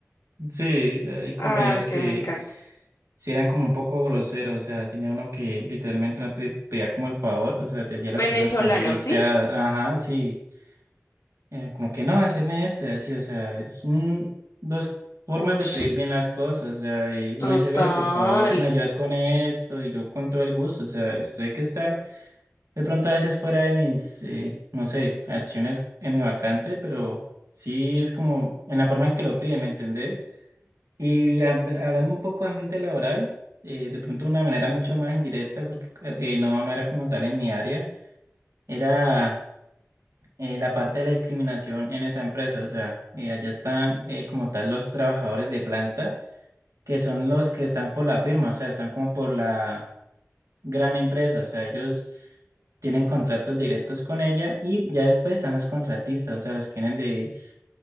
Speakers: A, on the right (about 80°); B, on the left (about 80°).
A: Sí, hay compañeros
B: Ah, que
A: que
B: me encanta.
A: sí eran como un poco groseros, o sea, tenía uno que literalmente no te pedía como el favor, o sea, te decía las
B: Venezolano,
A: cosas como muy golpeadas,
B: ¿sí?
A: ajá, sí, eh, como que no, haceme este, así, o sea, es un, dos formas
B: Ush,
A: de pedir bien las cosas, o sea, y uno
B: total.
A: dice, ve, por favor, me ayudas con esto, y yo con todo el gusto, o sea, sé que está de pronto a veces fuera de mis, eh, no sé, acciones en mi vacante, pero sí es como en la forma en que lo pide, ¿me entendés? Y hab- hablando un poco de ambiente laboral, eh, de pronto de una manera mucho más indirecta, porque eh, eh, no, no era como tal en mi área, era eh, la parte de la discriminación en esa empresa. O sea, eh, allá están eh, como tal los trabajadores de planta, que son los que están por la firma, o sea, están como por la gran empresa, o sea, ellos tienen contratos directos con ella y ya después están los contratistas, o sea, los que vienen de,